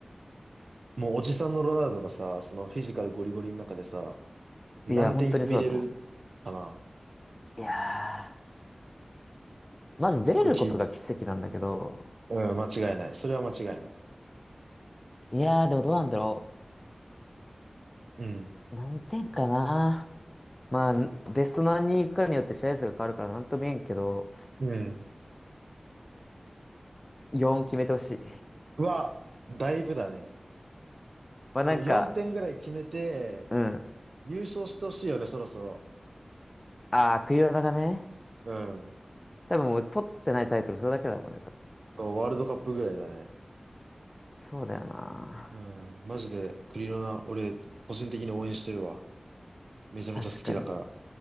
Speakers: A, on the right (about 80°); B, on the left (about 30°).
A: もうおじさんのロナウドがさ、そのフィジカルゴリゴリの中でさ、何点決めれるかな。
B: いや、本当にそうだと思う。いやー。まず出れることが奇跡なんだけど、
A: 結構き、うん、間違いない。それは間違いない。
B: いやーでもどうなんだろ
A: うん。
B: う。何点かな。まあ、ベスト何人行くかによって試合数が変わるからなんとも言えんけど、
A: うん。
B: 4決めてほしい。
A: は、だいぶだね。
B: まあなんか、
A: でも4点ぐらい決めて、
B: うん。
A: 優勝してほしいよね、そろそろ。
B: ああ、クリロナがね、
A: うん。
B: 多分もう取ってないタイトルそれだけだもんね、多分。
A: そう、ワールドカップぐらいだね。
B: そうだよな。
A: うん。マジで、クリロナ、俺、個人的に応援してるわ。めちゃめちゃ好きだから。
B: 確かに。